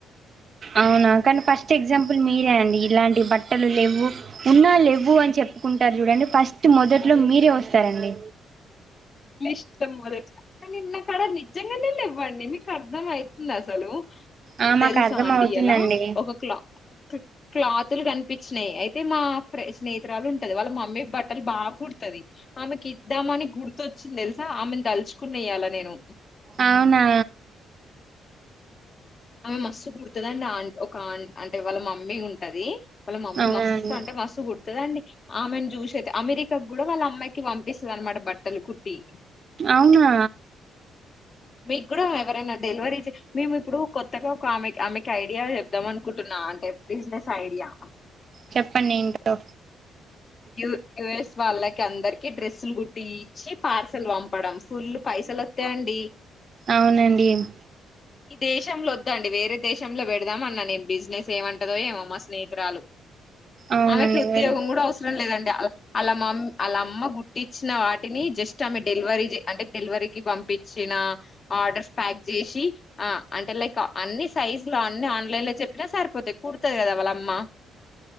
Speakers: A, on the right; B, on the left.
A: అవునా కానీ ఫస్ట్ ఎగ్జాంపుల్ మీరే అండి ఇలాంటి బట్టలు లెవ్వు ఉన్నా లెవ్వు అన్ చెప్పుకుంటార్ జూడండి ఫస్టు మొదట్లో మీరే ఒస్తారండి
B: మీస్టం అదెట్ల కానీ నక్కాడ నిజ్జంగానే లేవ్వండి మీకర్ధమైతుంద అసలు
A: ఆ
B: తెల్సా
A: మాకు అర్థం
B: అండి
A: అవుతుందండి
B: ఎలా ఒక క్లా క్లాతులు గన్పిచ్చినాయ్ అయితే మా ఫ్రె స్నేహితురాలుంటది వాళ్ళ మమ్మీ బట్టలు బాగ్ గుడ్తది ఆమెకిద్దామని గుర్తోచ్చింద్ దెల్సా ఆమెను దల్చుకున్న ఇయ్యాల నేను
A: అవునా
B: ఆమె మస్తు గడ్తుందండి ఆంట్ ఒక ఆన్ అంటే వాళ్ళ మమ్మీ ఉంటదీ వాళ్ళ మమ్మీ
A: అవునా
B: మస్తంటే
A: అండి
B: మస్తు గుడు దండి ఆమెను జూషైతే అమెరికాగ్గుడ వాళ్ళ అమ్మాయికి వంపిస్తది అనమాట బట్టలు కుట్టి
A: అవ్నా
B: మీ గ్గుడా ఎవరైనా డెల్వరీ చే మేము ఇప్పుడు కొత్తగా ఒక ఆమె ఆమెకి ఐడియా జెబ్దాము అనుకుంటున్నా అంటే బిజినెస్ ఐడియా
A: చెప్పండేంటో
B: యు యుఎస్ వాళ్ళకి అందర్కి డ్రెస్సులు గుట్టీ చ్చి పార్సల్ వంపడం ఫుల్లు పైసలొత్తైయండి
A: అవునండిమ్
B: ఈ దేశంలో ఒద్దండి వేరే దేశంలో వెడ్దామన్నా నేను బిజినెస్ ఏమంటదో ఏమో మా స్నేయితురాలు
A: అవునండి
B: ఆమెకి ఉద్యోగం
A: మీరు
B: గూడ అవసరం లేదండి అ అలా మామ్ అలమ్మ గుట్టిచ్చిన వాటిని జస్ట్ ఆమె డెల్వరీ జె అంటే డెల్వరీకిి బంపిచ్చిన ఆర్డర్స్ ప్యాక్ జేసి ఆ అంటే లైక అన్ని సైజ్లొ అన్ని ఆన్ లైన్లో చెప్ రా సర్పోతాయ్ కుడ్తది గదా వాళ్ళ అమ్మ